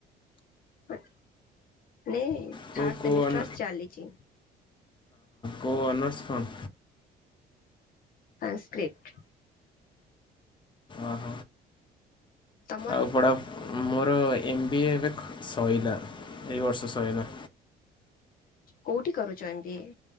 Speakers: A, on the left; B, on the left.
A: <unintelligible>
B: କୋଉ,
A: ସେମିଷ୍ଟାର
B: କୋଉ ଓଃ
A: ଚାଲିଛି
B: କୋଉ ଅନର୍ସ କଣ?
A: ସାନସକ୍ରିଟ
B: ଓହ
A: ତମର
B: ଆଉ ପଢା ମୋର ଏମ୍ ବି ଏ ଏବେ ସଇଲା ଏଇ ବର୍ଷ ସଇଲା।
A: କୋଉଠି କରୁଛ ଏମ ବି ଏ।